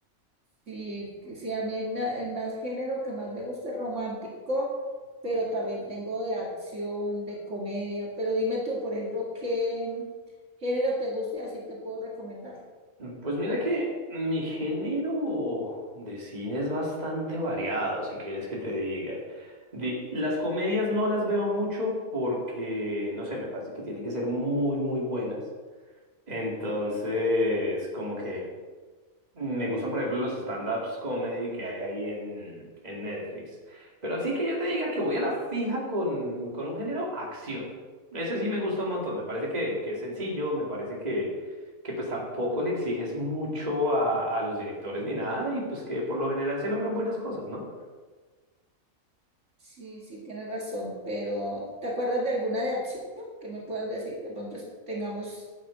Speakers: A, on the right; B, on the right.
A: Sí, sí, a mí me- el más género que más me gusta es romántico, pero también tengo de acción, de comedia. Pero dime tú, por ejemplo, qué género te gusta y así te puedo recomendar.
B: Pues mira que mi género de cine es bastante variado, si quieres que te diga. Di- las comedias no las veo mucho porque, no sé, me parece que tienen que ser muy, muy buenas. Entonces, como que me gustan, por ejemplo, los stand-ups comedy que hay ahí en, en Netflix. Pero así que yo te diga que voy a la fija con, con un género, acción. Ese sí me gusta un montón. Me parece que, que es sencillo, me parece que, que pues tampoco le exiges mucho a, a los directores ni nada y pues que por lo general se logran buenas cosas, ¿no?
A: Sí, sí, tienes razón, pero ¿te acuerdas de alguna de acción que me puedas decir? De pronto es- tengamos,